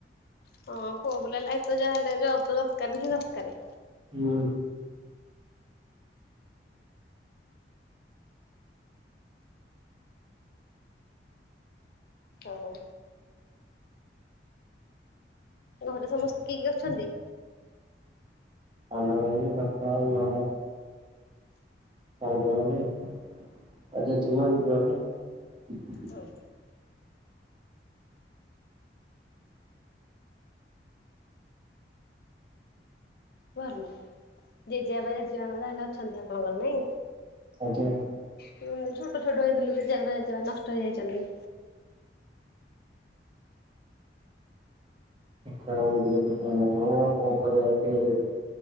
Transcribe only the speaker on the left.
ହଁ ପୁଅ ପିଲା ଲାଇଫ୍ ତ ଯାହା ହେଲେ ଜବ୍ ତ ଦରକାର୍ ହିଁ ଦରକାର୍।
ଆଉ ଘରେ ସମସ୍ତେ କିଏ କିଏ ଅଛନ୍ତି?
ହଁ। ପୁଅ ଆଇଲା। ଜେଜେ ବାପା, ଜେଜେ ମା ମାନେ ଏବେ ଅଛନ୍ତି ଆପଣଙ୍କର ନାଇଁ?
ଛୋଟ ଛୋଟ, ହେଇଥିଲୁ ଜେଜେ ବାପା, ଜେଜେ ମା ନଷ୍ଟ ହେଇଯାଇଛନ୍ତି।